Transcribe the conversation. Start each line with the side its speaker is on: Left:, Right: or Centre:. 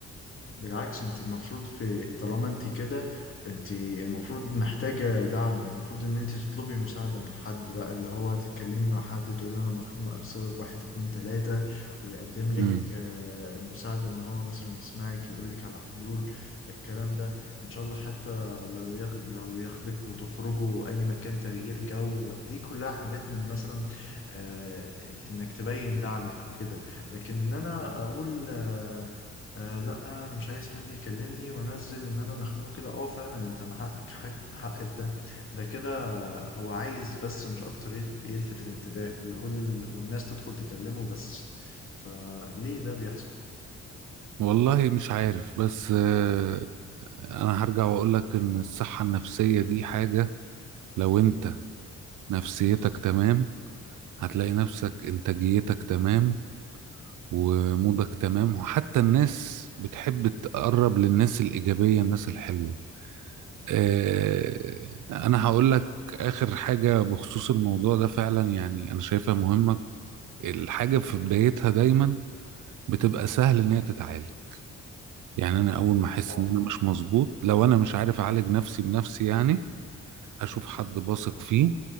Left: بالعكس انت المفروض في طالما انت كده انت المفروض محتاجة دعم والمفروض ان انت تطلبي مساعدة من حد بقى اللي هو تتكلمي مع حد تقولي له انا مخنوقة بسبب واحد اتنين تلاتة ويقدم لك
Right: امم
Left: آه، المساعدة ان هو مثلا يسمعك يقول لك على حلول الكلام ده ان شاء الله حتى لو ياخ... لو ياخدك وتخرجوا اي مكان تغيير جو دي كلها حاجات من مثلا آه، انك تبين دعمك وكده لكن إن انا اقول آه، آه لا انا مش عايز حد يكلمني وانزل ان انا مخنوق كده اه فعلا انت مع حقك حق, حق في ده ده كده هو عايز بس مش اكتر يل- يلفت الانتباه ويقول والناس تدخل تكلمه بس فليه ده بيحصل
Right: والله مش عارف بس آه، انا هرجع واقول لك ان الصحه النفسيه دي حاجه لو انت نفسيتك تمام هتلاقي نفسك انتاجيتك تمام ومودك تمام وحتى الناس بتحب تقرب للناس الإيجابية الناس الحلوة آه، أنا هقول لك آخر حاجة بخصوص الموضوع ده فعلا يعني أنا شايفها مهمة الحاجة في بدايتها دايما بتبقى سهل إن هي تتعالج يعني أنا أول ما أحس
Left: اه
Right: إن أنا مش مظبوط لو أنا مش عارف أعالج نفسي بنفسي يعني أشوف حد بثق فيه